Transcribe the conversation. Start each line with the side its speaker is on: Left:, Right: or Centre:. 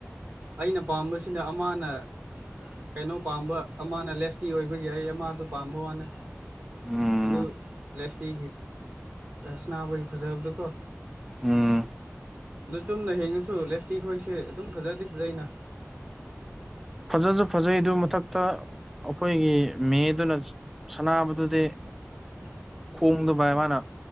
Right: ꯑꯩꯅ ꯄꯥꯝꯕꯁꯤꯅ ꯑꯃꯅ ꯀꯩꯅꯣ ꯄꯥꯝꯕ ꯑꯃꯅ ꯂꯦꯐꯇꯤ ꯑꯣꯏꯕꯒꯤ ꯑꯩ ꯑꯃꯗꯨ ꯄꯥꯝꯕ ꯋꯥꯅꯦ
Centre: ꯎꯝ
Right: ꯑꯗꯨ ꯂꯦꯐ ꯇꯤ ꯁꯅꯥꯕꯒꯤ ꯐꯖꯕꯗꯨꯀꯣ
Centre: ꯎꯝ
Right: ꯑꯗꯨ ꯆꯨꯝꯅ ꯍꯤꯡꯉꯁꯨ ꯂꯦꯞꯁꯇꯤ ꯈꯣꯏꯁꯦ ꯑꯗꯨꯝ ꯐꯖꯗꯤ ꯐꯖꯩꯅ
Centre: ꯐꯖꯁꯨ ꯐꯖꯩ ꯑꯗꯨ ꯃꯊꯛꯇ ꯑꯩꯈꯣꯏꯒꯤ ꯃꯦ ꯗꯨꯅ ꯁꯅꯥꯕꯗꯨꯗꯤ
Right: <inaudible>
Centre: ꯈꯣꯡꯗꯕꯥꯢ ꯃꯥꯅ